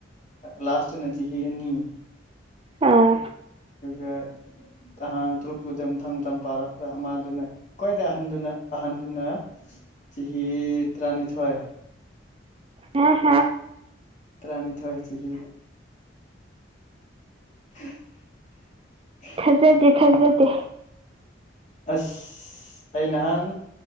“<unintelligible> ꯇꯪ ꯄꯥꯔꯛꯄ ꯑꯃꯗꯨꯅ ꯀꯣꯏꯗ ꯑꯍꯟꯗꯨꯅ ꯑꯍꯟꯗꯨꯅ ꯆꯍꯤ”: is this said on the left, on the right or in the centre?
Left